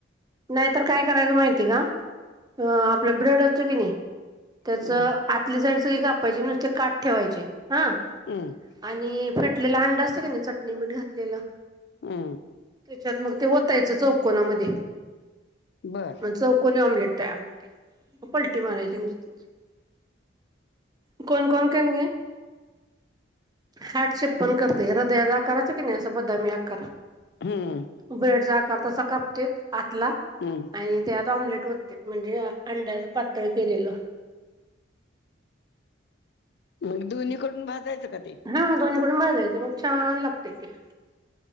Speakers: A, on the right; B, on the left.
A: नाहीतर काय करायचं माहितीय का? अ आपलं ब्रेड असतोय कि नाही. त्याच
B: हम्म
A: आतली साईड सगळी कापायची नुसते काट ठेवायचे हा
B: हम्म
A: आणि फेटलेला अंड असत की नाही चटणी मीठ घातलेलं.
B: हम.
A: त्यात मग ते वतायचं चौकोनामध्ये
B: बर
A: म्ह चौकनी ऑमलेट तयार होते पलटी मारायची नुसतेच. कोण कोण करण घ हारडशेप पण करते हृदयाचा आकाराच की नाही असं बद्दा मी आकार
B: हम्म
A: भेट जा करता सका आतला
B: हम्म
A: आणि त्यात ऑमलेट होतते म्हणजे अंड्याच पातळ केलेलं.
B: मग दोन्हीकडून भाजायचं. का ते
A: हा दोन्हीकडून ब जाायचं मग छान लागतेय ते